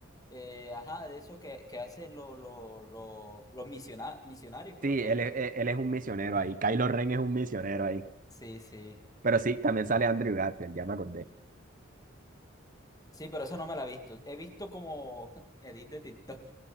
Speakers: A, on the left; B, on the right.
A: eh, ajá, de eso que, que hacen lo- lo- lo- los misiona- misionarios, creo
B: Sí,
A: que.
B: él, es- él él es un misionero ahí. Kylo Ren es un misionero ahí.
A: Sí, sí.
B: Pero sí, también sale Andrew Garfield, ya me acordé.
A: Sí, pero esa no me la he visto. He visto como <laughs> edit de TikTok